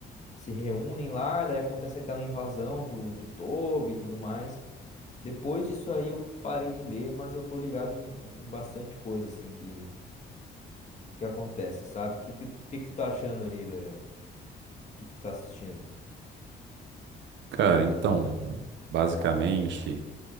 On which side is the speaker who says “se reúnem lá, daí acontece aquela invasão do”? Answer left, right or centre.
Left